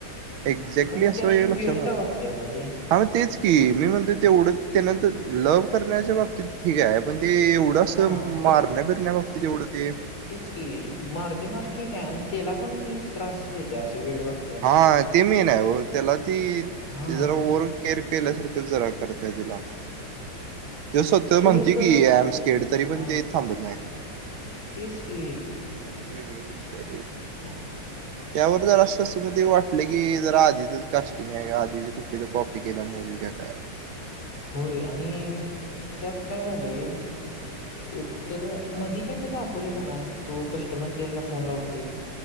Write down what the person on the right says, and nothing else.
एक्झॅक्टली
असं
वय लक्षात
आल.
अव तेच की मी म्हणतो तेवढं त्यानंतर लव करण्याच्या बाबतीत ठीक आहे. पण ते एवढं असं
मारण्या
बीरण्या बाबती हेवढ ते
हा ते मेन हाय वो, त्याला ती
जरा ओर केअर पहिल्यासारखं जरा करतय तिला. ते स्वता
म्हणतेय
की एम स्केड तरी
पण ते थांबत नाय.
वेगळाच विषय आहे.
त्यावर जर असं असं म ते वाटलं की जरा आधीच कास्टिंग आहे आधीच कुठल कॉपी केल्यामुळ होईल का काय